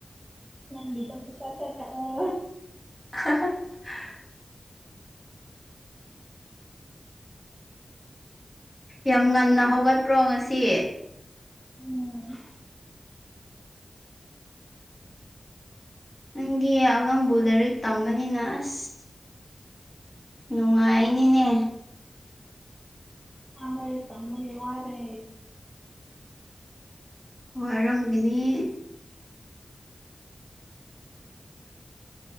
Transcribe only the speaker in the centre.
ꯅꯪꯒꯤꯗꯣ ꯄꯩꯁꯥ ꯊꯥꯔꯛꯑꯣ
ꯎꯝ
ꯑ ꯀꯝꯕꯒꯤ ꯋꯥꯔꯦ